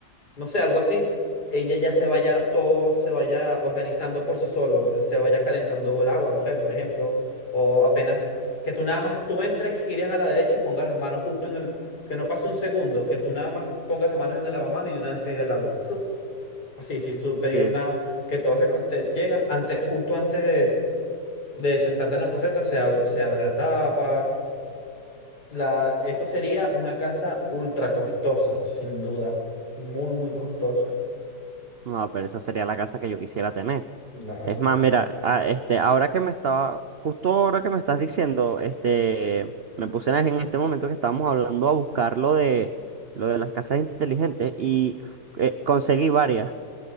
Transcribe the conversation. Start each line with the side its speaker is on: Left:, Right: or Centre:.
Left: no sé, algo así, ella ya se vaya, todo se vaya organizando por sí solo, se vaya calentando el agua, no sé, por ejemplo, o apenas que tú nada más, tú entres, gires a la derecha y pongas las manos justo en el, que no pase un segundo, que tú nada más pongas las manos en el lavamanos y de una vez caiga el agua, flup. Así, sin tú pedir
Right: Sí.
Left: nada, que todo se con- te llega, antes, justo antes de, de sentarte en la poceta, se abre, se abre la tapa. La, eso sería una casa ultra costosa, sin duda. Muy, muy costosa.
Right: No, pero esa sería la casa que yo quisiera tener.
Left: Nada,
Right: Es
Left: se
Right: más,
Left: la casa.
Right: mira, a- este, ahora que me estaba, justo ahora que me estás diciendo, este, me puse en en este momento que estábamos hablando a buscar lo de, lo de las casas inteligentes y eh, conseguí varias,